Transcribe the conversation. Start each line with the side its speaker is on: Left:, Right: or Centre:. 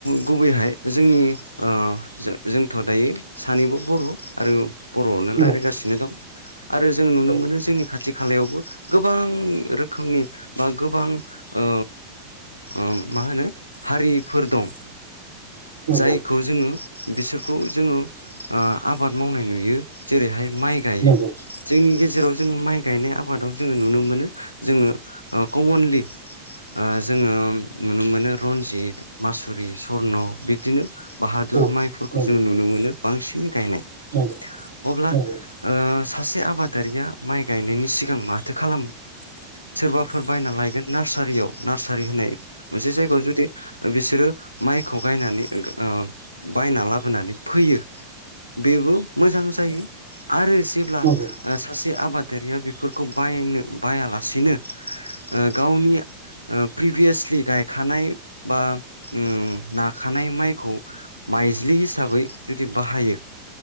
Left: गुबुन गुबैहाय जोंनि ओ जोंथ' दायो सानैबो बर' आरो बर'आवनो रायलायगासिनो
Right: औ
Left: दं आरो जों नुनो
Right: औ
Left: मोनो जोंनि खाथि खालायावबो गोबां रोखोमनि बा गोबां ओ ओम मा होनो हारिफोर दं
Right: नंगौ
Left: जायखौ जोङो बिसोरखौ जोङो ओ आबाद मावनाय नुयो जेरैहाय माइ गायो
Right: नंगौ नंगौ
Left: जोंनि गेजेराव जोङो माइ गायनाय आबादाव जोङो नुनो मोनो जोङो ओ कमनलि ओ जोङो नुनो मोनो रन्जित मासुरि स्वर्न बिदिनो बाहादुर
Right: औ
Left: माइफोरखौ
Right: नंगौ
Left: जोङो
Right: नंगौ
Left: नुनो मोनो बांसिनै गायनाय
Right: नंगौ नंगौ
Left: अब्ला
Right: नंगौ औ
Left: ओ सासे आबादारिया माइ गायनायनि सिगां माथो खालामो सोरबाफोर बायना लायगोन नार्सारियाव नार्सारि होननाय मोनसे जायगायाव जुदि बिसोरो माइखौ गायनानै ओ बायना लाबोनानै फैयो बेबो मोजां जायो आरो जेब्ला
Right: नंगौ
Left: ओ सासे आबादारिया बेफोरखौ बायनो बायालासेनो ओ गावनि प्रिभियासलि गायखानाय बा उम नाखानाय माइखौ माइज्लि हिसाबै जुदि बाहायो